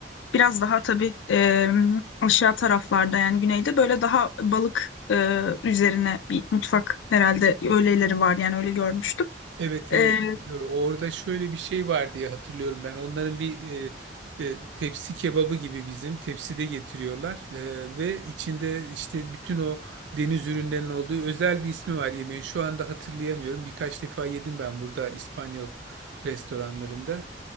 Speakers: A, on the left (about 90°); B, on the right (about 75°).
A: Biraz daha tabii e, aşağı taraflarda yani güneyde böyle daha balık e, üzerine bir mutfak herhalde öyleleri var yani öyle görmüştüm.
B: Evet evet.
A: E,
B: Ee, Orada şöyle bir şey var diye hatırlıyorum ben. Onların bir e, e, tepsi kebabı gibi bizim tepside getiriyorlar Ee, ve içinde işte bütün o deniz ürünlerinin olduğu özel bir ismi var yemeğin. Şu anda hatırlayamıyorum. Birkaç defa yedim ben burada İspanyol restoranlarında.